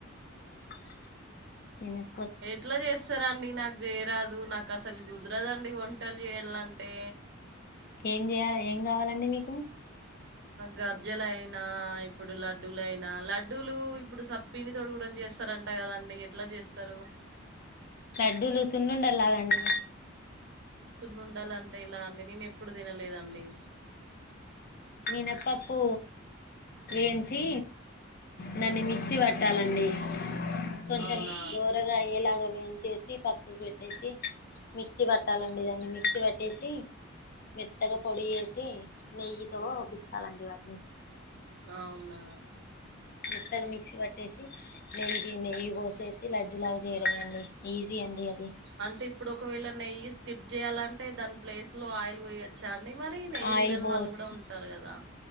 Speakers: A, on the left; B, on the right.
A: ఆ నను
B: ట్ల జేస్తరండి నాకు చేయరాదు నాకు అసలు కుదరదండి వంటలు చేయాలంటే
A: ఏం గావాలండి మీకు
B: గర్జెలయినా ఇప్పుడు లడ్డూలయినా లడ్డూలు ఇప్ పిండి తోటి గూడన్ జేస్తరంట గదాండి ఎట్ల జేస్తరు
A: లడ్డులుసున్నండలు లాగా అండి
B: సున్నుండలంటే ఇలా అండి నేను ఎప్పుడు తినలేదండి
A: మీనపప్పు ఎంచి చి దాన్ని మిక్సీ
B: ఊహు.
A: వట్టాలండి కొంచం
B: అవునా
A: దోరగా అ ఏలాగ వేయించేసి పక్కకు పెట్టేసి మిక్సీ వట్టాలండి దాన్ని మిక్సీ వట్టేసి మెత్తగా పొడి యేసి ని దొ
B: ఉమ్,
A: పిసుకాలండి వాటిని
B: అవునా
A: మెత్తగ మిక్సీ వట్టేసి నెయ్యి ది నెయ్యి వోసేసి లడ్డులాగ జేయడమే అండి ఈజీ అండి అది
B: అంటే ఇప్పుడు ఒకవేళ నెయ్యి స్కిప్ జేయాలన్ అంటే దాని ప్లేస్ లో ఆయిల్ వొయ్యొచ్చా అండి మరి నెయ్యి
A: ఆయిల్
B: తినని
A: పోస్
B: వాళ్ళు గూడా ఉంటారు కదా